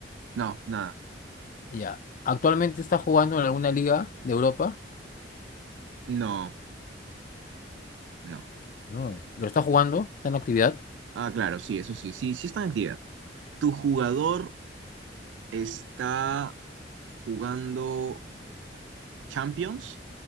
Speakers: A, on the right; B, on the left.
A: no, nada.
B: Ya. ¿Actualmente está jugando en alguna liga de Europa?
A: No, no.
B: No. ¿Pero está jugando? ¿Está en actividad?
A: Ah, claro, sí, eso sí, sí, sí está en actividad. ¿Tu jugador está jugando Champions?